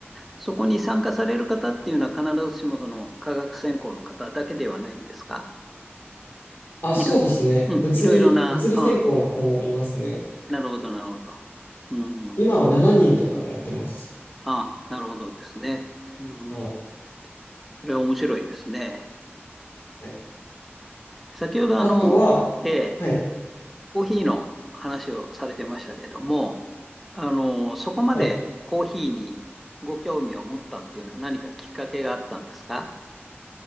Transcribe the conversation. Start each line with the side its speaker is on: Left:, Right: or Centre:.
Centre: そこに参加される方っていうのは必ずしもその科学専攻の方だけではないんですか
Left: あ、
Centre: いろ、
Left: そうですね。
Centre: うん、
Left: 物理、
Centre: いろいろな、
Left: 物理専攻の子もいますね。
Centre: あ、なるほど、なるほど。うんうん。
Left: 今は7人とかでやってます。
Centre: あ、なるほどですね。うん。
Left: はい。
Centre: それは面白いですね。
Left: はい、
Centre: 先ほどあの、
Left: あとは、
Centre: ええ、
Left: はい。
Centre: コーヒーの話をされてましたけども、あの、そこまでコーヒーにご興味を持ったっていうのは何かきっかけがあったんですか
Left: はい